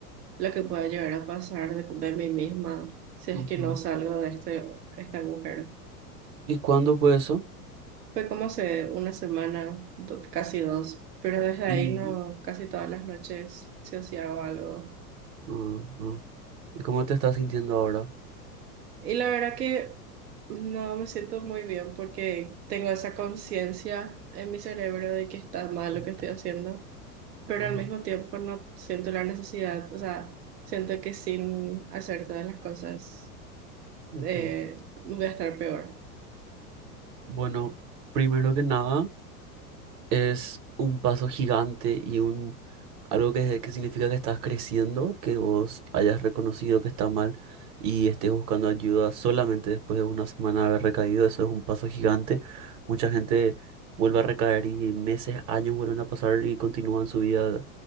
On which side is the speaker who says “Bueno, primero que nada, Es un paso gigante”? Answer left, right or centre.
Right